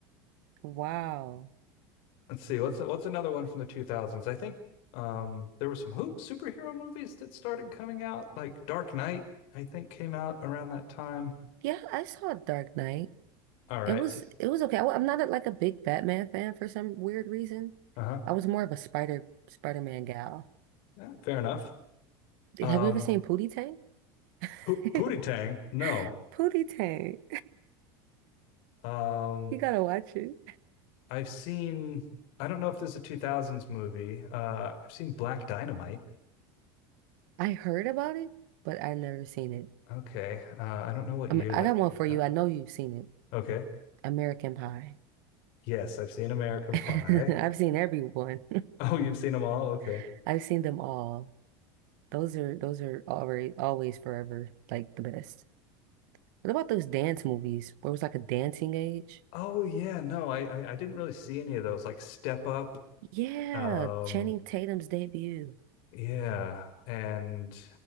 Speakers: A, on the right; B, on the left.
A: wow.
B: let's see, what's what's another one from the 2000s? I think um there were some hoop superhero movies that started coming out, like Dark Knight, I think came out around that time.
A: Yeah, I saw Dark Knight.
B: All right.
A: It was
B: So,
A: it was okay. I, am not a, like a big Batman fan for some weird reason.
B: uh-huh.
A: I was more of a Spider Spider-Man gal.
B: Yeah, fair enough.
A: Did-
B: Um
A: Have you ever seen Pootie Tang?
B: P-
A: <laughs>
B: Pootie Tang, no.
A: Pootie Tang.
B: Um
A: You gotta watch it.
B: I've seen I don't know if this is a 2000s movie. Uh I've seen Black Dynamite.
A: I heard about it, but I never seen it.
B: Okay. Uh I don't know what
A: I
B: year
A: mean, I
B: that
A: got
B: came
A: one for you.
B: out.
A: I know you've seen it.
B: Okay.
A: American Pie.
B: Yes, I've seen American
A: <laughs>
B: Pie.
A: I've
B: <laughs>
A: seen everyone.
B: Oh, you've seen them all? Okay.
A: <laughs> I've seen them all. Those are those are already always forever like the best. What about those dance movies where it was like a dancing age?
B: Oh yeah, no, I, I I didn't really see any of those like Step Up,
A: Yeah,
B: um,
A: Channing Tatum's debut.
B: yeah, and